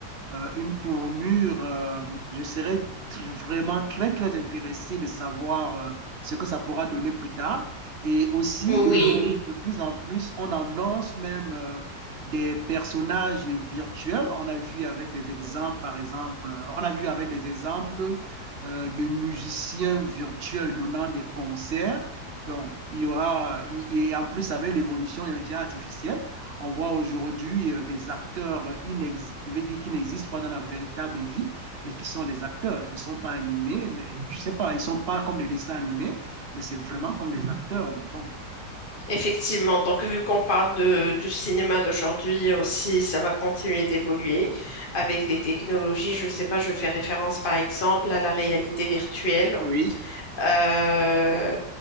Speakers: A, on the right; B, on the left.
A: euh, une tournure. euh, je serais vraiment très, très intéressé de savoir euh, ce que ça pourra donner plus tard. Et aussi,
B: Oui.
A: euh, de plus en plus, on annonce même euh, des personnages virtuels. On a vu avec des exemples, par exemple, euh, on a vu avec des exemples euh, de musiciens virtuels donnant des concerts. Donc, il y aura, et en plus avec l'évolution de l'intelligence artificielle, on voit aujourd'hui euh, des acteurs inex- je vais dire qui n'existent pas dans la véritable vie, mais qui sont des acteurs. Ils ne sont pas animés, mais je ne sais pas, ils ne sont pas comme des dessins animés, mais c'est vraiment comme les acteurs, mais bon.
B: Effectivement, donc vu qu'on parle de, du cinéma d'aujourd'hui aussi, ça va continuer d'évoluer avec des technologies. Je ne sais pas, je fais référence par exemple à la réalité virtuelle.
A: Oui,
B: Euh,